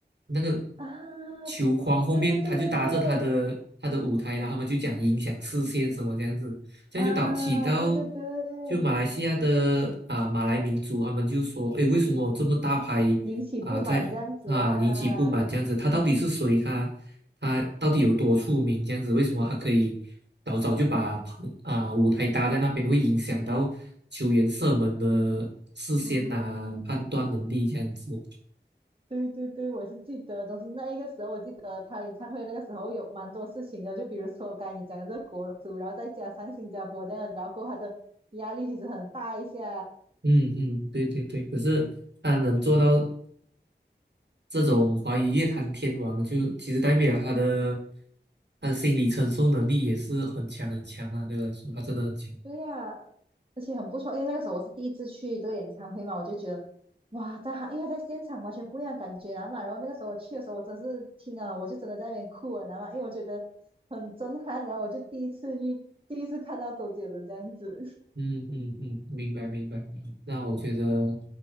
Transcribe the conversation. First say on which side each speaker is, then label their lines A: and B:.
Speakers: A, on the right; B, on the right.
A: 那个
B: 啊，
A: 球框后面他就搭着他的他的舞台，
B: 对对对对对，
A: 然后他们就讲影响视线什么这样子。这样就导起到
B: 啊，对对对，
A: 就马来西亚的啊、马来民族，他们就说，诶，为什么这么大牌啊、
B: 引起不满这样子啊。
A: 在啊引起不满这样子？他到底是谁？他他到底有多出名？这样子，为什么他可以早早就把棚啊、舞台搭在那边，会影响到球员射门的视线啊、
B: 嗯，
A: 判断能力这样子？
B: 对对对，我是记得，总是那一个时候，我记得他演唱会那个时候有蛮多事情的，就比如说刚才你讲的这个国足，然后再加上新加坡这样的然后过后他的压力其实很大一下。
A: 嗯嗯，对对对，可是他能做到。这种华语乐坛天王就其实代表他的他的呃心理承受能力也是很强很强啊，对我来说他真的很强。
B: 对呀、而且很不错，因为那个时候我是第一次去这个演唱会嘛，我就觉得哇，在他因为他在现场完全不一样的感觉，你知道吗然后那个时候我去的时候，我真是听啊，我就真的在那边哭了，你知道吗因为我觉得很震撼，然后我就第一次遇，第一次看到周杰伦这样子，
A: 嗯嗯嗯，嗯明白明白。那我觉得